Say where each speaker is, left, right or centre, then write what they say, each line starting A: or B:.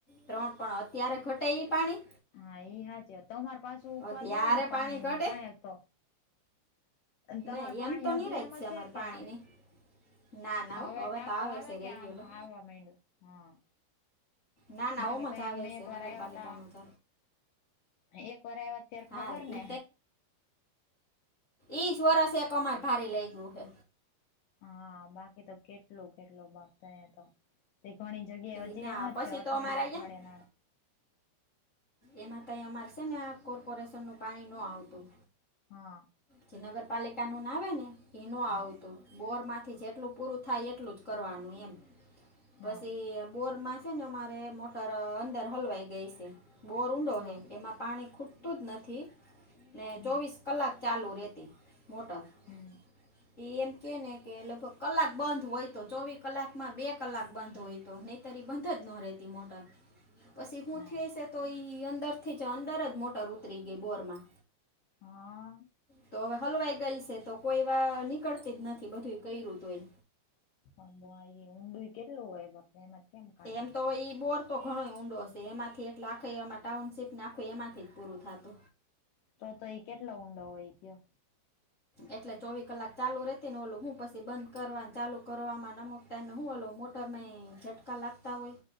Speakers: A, on the left (about 55°); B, on the left (about 75°).
A: ત્રણ, પણ અત્યારે ઘટે ઈ પાણી.
B: હા ઈ હાચી વ, તમાર પાસુ
A: હવે
B: ઉપાધિ
A: ત્યારે
B: હોયને પાણીની
A: પાણી ઘટે
B: કાયકતો. તમારો
A: નહીં
B: પાણી
A: એમ તો
B: હજી
A: નહીં રાખ
B: એમ છે,
A: અમારે
B: કે
A: પાણીની
B: આમ
A: ના ના
B: હવે
A: હો,
B: ટાંકો
A: તો આવે
B: આવેકે
A: છે રેગ્યુલર
B: આમ આવવા માંડ્યું હા.
A: ના ના
B: બાકી
A: ઓમ
B: તો અહીયા
A: જ આવે
B: અમે
A: છે
B: એક વાર
A: નગરપાલિકાનું
B: આવ્યા હતા.
A: જ
B: આ એક વાર આવ્યા અત્યારે
A: હા
B: ખબર ને.
A: એ ઈજ વરસે એક અમાર ભારી લાઈગુ ઓહે.
B: હા બાકી તો કેટલો કેટલો ભાગ થયાતો, તે ઘણી જગ્યાએ
A: ઈ
B: હજી
A: ના
B: એમજ
A: પછી
B: છે, અઠવાડિયા
A: તો અમારે અહીંયા
B: અઠવાડિયા ના આવે.
A: એમાં તઈ અમારે શે ને, કોર્પોરેશનનું પાણી ન આવતું.
B: હા
A: જે નગરપાલિકા નું ના આવેને, એનું આવતું,
B: હા
A: બોર માંથી જેટલું પૂરું થાય એટલુંજ. કરવાનું એમ, પસી
B: હા
A: બોર મા છે ને અમારે મોટર અંદર હલવાઈ ગઈ શે, બોર ઊંડો
B: હા
A: હે, એમાં પાણી ખૂટ તુંજ નથી, ને
B: હમ
A: ચોવીસ કલાક ચાલુ રહેતી, મોટર.
B: હમ્મ
A: <inaudible> એ એમ કેને કે, લગભગ કલાક બંધ હોય તો, ચોવી કલાકમાં બે કલાક બંધ હોય તો, નહ તરી બંધજ ન રહેતી મોટર. પશી હું
B: હા
A: થઈ શે તો ઈ, અંદરથીજ અંદરજ મોટર ઉતરી ગઈ બોર માં.
B: હા
A: તો હવે હલવાઈ ગઈ શે તો, કોઈ વા નીકળતી જ નથી બધું કર્યું તો એ.
B: અંગવાયે ઊંધુંય કેટલું હોય, બાપને એમાં. કેમ કાઢે
A: એમતો ઈ બોર તો ઘણોઇ ઊંડો હશે, એમાંથી એટલે આખેય એમાં ટાઉનશીપને આખું એમાંથીજ પૂરું થાતુ.
B: તો તો ઈ કેટલો ઊંડો હોય ગયો.
A: એટલે ચોવી કલાક ચાલુ રેતીને, ઓલું હું પસી બંધ કરવાન ચાલુ કરવાવામાં નમ તેણે હુ ઓલો મોટર નેઈ ઝટકા લાગતા હોય,